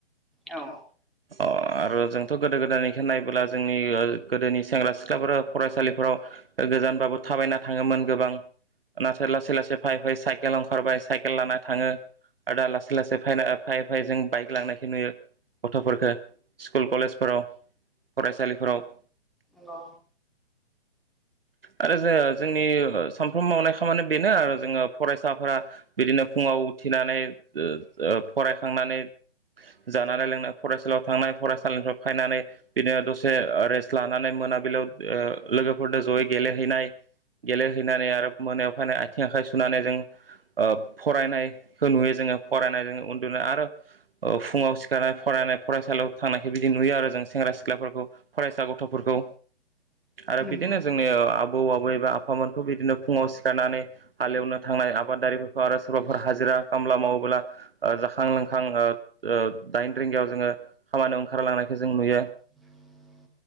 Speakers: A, in the centre; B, on the right (about 60°).
A: औ
B: अ आरो जोंथ गोदो गोदायनिखौ नायबोला जोंनि गोदोनि सेंग्रा सिख्लाफोरा फरायसालिफोराव। गोजानबाबो थाबायना थाङोमोन गोबां नाथाय लासै- लासै फायै-फायै साइकेलाव ओंखारबाय साइकेल लाना थाङो आरो दा लासै-लासै फायना फायै-फायै जों बाइक लांनायखौ नुयो। गथफोरख स्कुल कलेजफोराव फरायसालिफोराव।
A: औ
B: आरो जो-जोंनि सानफ्रोम मावनाय खामानि बेनो जोङो फरायसाफोरा बिदिनो फुङाव उथिनानै द द फरायखांनानै। जानानै लोंना फरायसालियाव थांनाय फरायसालिनिफ्राय फायनानै बिदिनो दसे अ रेस्ट लानानै। मोनाबिलियाव अ लोगोफोरनो जयै गेलेहैनाय। गेलेहैनानै आरो मोनायाव फायना आथिं आखाइ सुनानै जों। ओब-फरायनाय-खो नुयो जोङो फरायनायजों उन्दुनाय आरो अ फुङाव सिखारनाय फरायनाय। फरायसालियाव थांनायखौ बिदि नुयो आरो जों सेंग्रा सिख्लाफोरखौ फरायसा गथफोरखौ।
A: <inaudible>
B: आरो
A: नंगौ
B: बिदिनो जोंनि आबौ आबै बा फामोनखौ बिदिनो फुङाव सिखारनानै हालेवनो थांनाय आबादारिफोर- आरो सोरबाफोर हाजिरा खामला मावोब्ला अ जाखां लोंखां अ अ दाइन रिंगायाव जोङो। खामानियाव ओंखारलांनायखौ जों नुयो।
A: <inaudible>